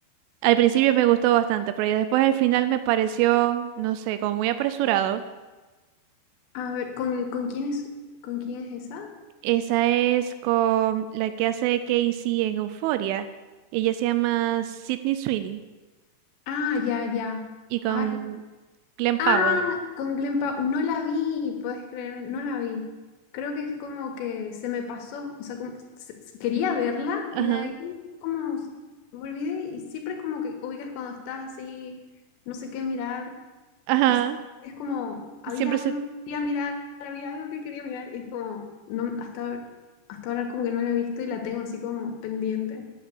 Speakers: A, on the right; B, on the left.
A: Al principio me gustó bastante, pero ya después al final me pareció, no sé, como muy apresurado.
B: A ver, ¿con, con quién es, con quién es esa?
A: Esa es con la que hace Casey en Euphoria. Ella se llama Sydney Sweeney
B: Ah, ya, ya.
A: y con
B: Ay,
A: Glenn Powell.
B: Ah, con Glenn Powell. No la vi, puedes creer, no la vi. Creo que es como que se me pasó, o sea, como- se- se- quería verla
A: Ajá,
B: y de ahí como s- me olvidé y siempre como que ubicas cuando estás así, no sé qué mirar
A: ajá.
B: y s- es como, había
A: Siempre
B: algo
A: se...
B: que quería mirar, había algo que quería mirar y es como, no, hasta ahora, hasta ahora como que no la he visto y la tengo así como pendiente.